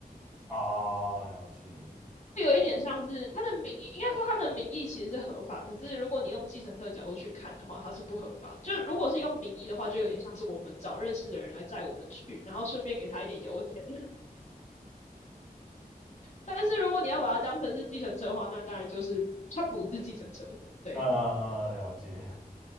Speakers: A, in the centre; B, on the left.
A: 啊，了解，
B: 有一点像是他的名义，应该说他的名义其实是合法，可是如果你用计程车的角度去看的话，它是不合法。就如果是用名义的话，就有点像是我们找认识的人来载我们去，然后顺便给他一点油钱。<laughs> 但是如果你要把它当成是计程车的话，那当然就是它不是计程车。对，
A: 呃，了解